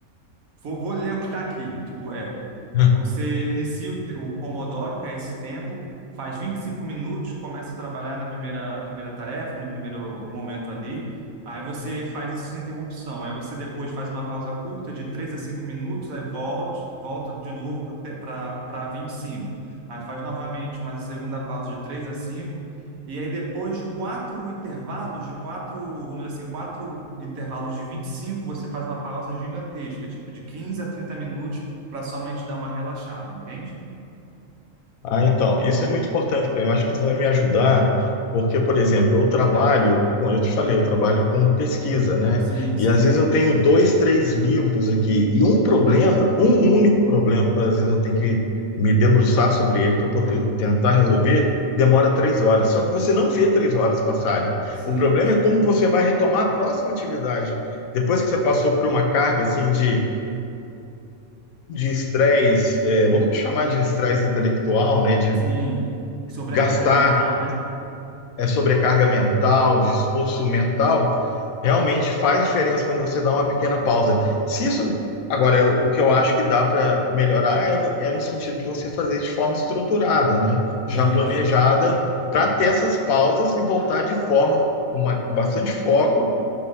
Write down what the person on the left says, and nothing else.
<laughs>
Ah, então, isso é muito importante para mim. Eu acho que isso vai me ajudar, porque, por exemplo, eu trabalho, com- eu te falei, eu trabalho com pesquisa, né?
E às vezes eu tenho dois, três livros aqui, e um problema, um único problema que às vezes eu tenho que me debruçar sobre ele para poder tentar resolver, demora três horas. Só que você não vê três horas passarem.
O problema
é como você vai retomar a próxima atividade. Depois que você passou por uma carga assim de de estresse, é, vamos chamar de estresse intelectual, né?
gastar
é, sobrecarga mental, de esforço mental, realmente faz diferença quando você dá uma pequena pausa. Se isso, agora, eu- o que eu acho que dá para melhorar é, é no sentido de você fazer de forma estruturada, né?
Já planejada, para ter essas pausas e voltar de forma com, ma- com bastante foco,